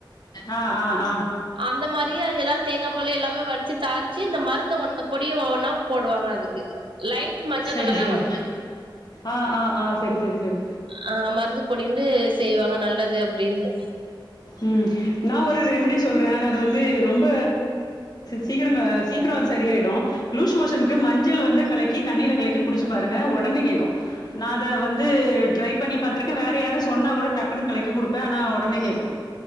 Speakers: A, on the left; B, on the right.
A: ஆ ஆ ஆ
B: அந்த மாறி எல்லாரு தேங்கா பால் எல்லாமே வடிச்சு தாளிச்சு இந்த மருந்த ஒன் பொடிய ஒன்னா போடுவாங்க அதுக்கு லைட் மஞ்ச
A: செரி
B: கலரா
A: செரி
B: வரு
A: ஆ ஆ ஆ செரி செரி செரி
B: ஆ மருந்து பொடிண்டு செய்வாங்க நல்லது அப்டின்டு
A: ம் நா ஒரு ரெமிடி சொல்றே ஆனா அது வந்து ரொம்ப சீக்கிர சீக்கிர அது சரியாயிடு லூஷ் மோஷனுக்கு மஞ்சள் வந்து கலக்கி தண்ணியில கலக்கி குடிச்சு பாருங்க ஒடனே கேக்கு நான் அத வந்து ட்ரை பண்ணி பாத்திருக்கே வேற யாரு சொன்னா கூட டக்குன்னு களக்கி குடுப்பே ஆனா ஒடனே கேக்கு